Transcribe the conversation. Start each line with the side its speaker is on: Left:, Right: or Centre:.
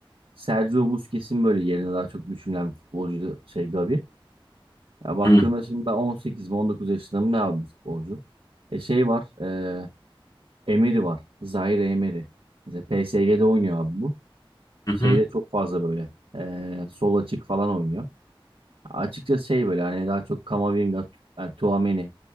Right: Sergio Busquets'in böyle yerine daha çok düşünülen bir futbolcu şey Gavi. Ya baktığında
Left: Hı,
Right: şimdi daha 18 mi 19 yaşında mı ne abi bu futbolcu? E şey var e, Emery var. Zaire Emery. Mesela PSG'de oynuyor abi bu.
Left: hı,
Right: Şeyde
Left: hı.
Right: çok fazla böyle eee, sol açık falan oynuyor. Açıkçası şey böyle hani daha çok Kamavinga, yani Tchouaméni